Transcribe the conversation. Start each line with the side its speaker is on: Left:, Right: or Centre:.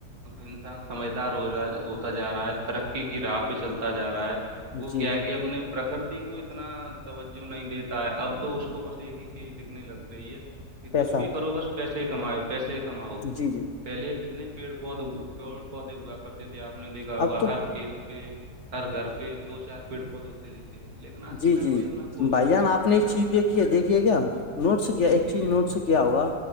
Right: انسان سمجھدار ہوا ہوتا جا رہا ہے ترقی کی راہ پہ چلتا جا رہا ہے
Left: جی
Right: وہ کیا
Left: جی
Right: ہے کہ اپنے پرکرتی کو اتنا توجہ نہیں دیتا ہے اب تو اس کو بس ایک ہی چیز دیککھنے لگ رہی ہے کہ
Left: پیسہ
Right: کچھ بھی کرو بس پیسے کماؤ پیسے کماؤ
Left: جی جی
Right: پہلے کتنے پیڑ پودے پیڑ پودے ہوا کرتے تھے آپ نے دیکھا ہوگا
Left: اب تو
Right: ہر کھیت پ ہر گھر پہ دو چار پیڑ پودے ہوتے تھ لیکن آج کے
Left: ج
Right: ٹائم
Left: جی
Right: پہ اتنا کوئی
Left: بھائی جان آپ نے
Right: نہیں
Left: ایک
Right: رکھتا
Left: چیز دیکھی ہے دیکھیے کیا نوٹ سے کیا
Right: جی
Left: ایک
Right: جی
Left: چیز
Right: جی
Left: نوٹ سے کیا ہوگا